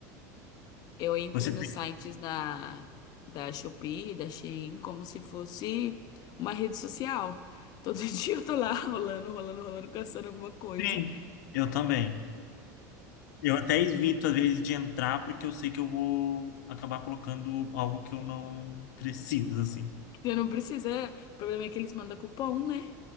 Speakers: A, on the left (about 45°); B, on the left (about 80°).
A: Eu entro
B: você
A: nos
B: tem?
A: sites da, da Shopee, da Shein, como se fosse uma rede social. Todo <laughs> dia eu tô lá rolando, rolando, rolando, caçando alguma coisa.
B: Sim, eu também. Eu até evito às vezes de entrar porque eu sei que eu vou acabar colocando algo que eu não preciso assim.
A: Você não precisa. O problema é que eles mandam cupom, né?